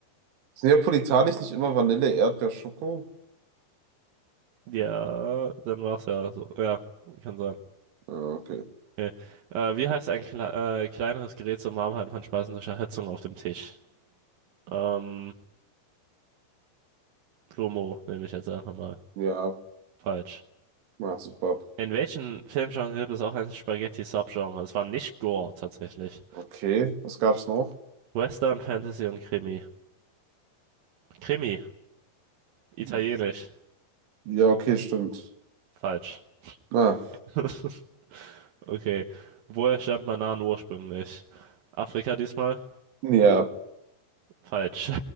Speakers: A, on the right; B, on the right.
A: Ist Neapolitanisch nicht immer Vanille, Erdbeer, Schoko?
B: Ja, dann war's ja so. Ja, kann sein.
A: Ah, okay.
B: Okay. Äh, wie heißt ein kle äh, kleineres Gerät zum Warmhalten von Speisen durch Erhitzung auf dem Tisch? Ähm, Plumo nehme ich jetzt einfach mal.
A: Ja,
B: Falsch.
A: na, super.
B: In welchem Filmgenre gibt es auch ein Spaghetti-Subgenre? Es war nicht Gore tatsächlich.
A: Okay, was gab's noch?
B: Western, Fantasy und Krimi. Krimi, italienisch.
A: Hm. Ja, okay, stimmt.
B: Falsch.
A: Ah,
B: <laughs> Okay. Woher stammt Manan ursprünglich? Afrika diesmal?
A: ja,
B: Falsch.